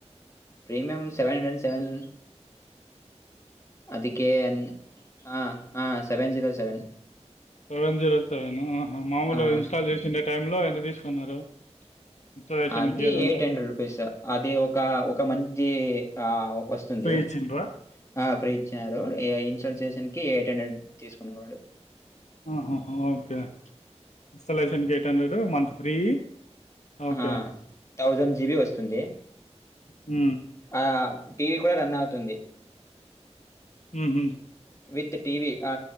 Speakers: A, on the left (about 25°); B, on the left (about 80°).
A: premium seven hundred and seven అదికే ఎన్ ఆ ఆ seven zero seven
B: seven zero seven హ మామూలు
A: ఆహా!
B: గా ఇన్స్టాల్ చేసిండే టైంలో లో ఎంత తీసుకున్నారు ఇన్‌స్టాలేషన్‌కి
A: అది
B: అదంతా?
A: ఎయిట్ హండ్రెడ్ రూపీస్ అది ఒక ఒక మంత్ కీ ఆ వస్తుంది
B: ఫ్రీ ఇచ్చిండ్రా
A: ఆ ఫ్రీ ఇచ్చారు ఏఐ ల్ చేసంకీ ఎయిట్ హండ్రెడ్ తీసుకుండు వాడు
B: హాహా ఓకే ఇన్స్టాలేషన్ గేట్ ఎయిట్ హండ్రెడు మంత్ ఫ్రీ ఓకే
A: ఆ థౌజండ్ జీబి వస్తుంది
B: హ్మ
A: ఆ టీవీ కూడా రన్ అవుతుంది
B: హ్మ్మ్
A: విత్ టీవీ అ